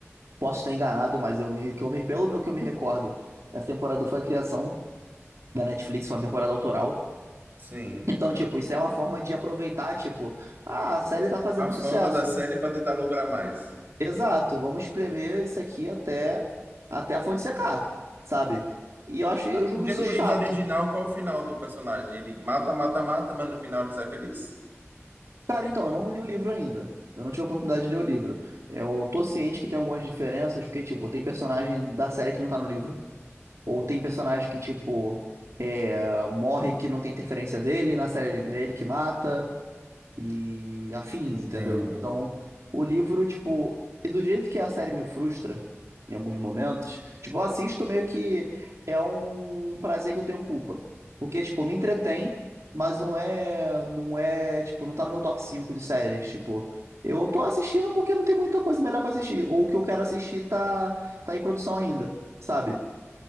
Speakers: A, on the right (about 85°); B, on the right (about 45°).
A: posso estar enganado, mas eu me, que eu me, pelo meu que eu me recordo, essa temporada foi a criação da Netflix, foi uma temporada autoral.
B: Sim.
A: Então, tipo, isso é uma forma de aproveitar, tipo, ah, a série tá fazendo
B: A fama
A: um sucesso.
B: da série para tentar lucrar mais.
A: Exato, vamos espremer isso aqui até, até a fonte secar, sabe? E eu acho, eu
B: Ah,
A: julgo
B: porque
A: isso
B: no
A: chato.
B: livro original, qual é o final do personagem? Ele mata, mata, mata, mas no final ele sai feliz?
A: Cara, então, eu não li o livro ainda. Eu não tive a oportunidade de ler o livro. Eu tô ciente que tem algumas diferenças, porque, tipo, tem personagem da série que não tá no livro, ou tem personagem que, tipo, é, morre que não tem interferência dele, na série ele é ele que mata. e afins,
B: entendo.
A: entendeu? Então, o livro, tipo, e do jeito que a série me frustra em alguns momentos, tipo, eu assisto meio que é um prazer que eu tenho culpa. Porque, tipo, me entretém, mas não é, não é, tipo, não tá no meu top 5 de séries, tipo. Eu tô assistindo porque não tem muita coisa melhor pra assistir. Ou o que eu quero assistir tá, tá em produção ainda, sabe?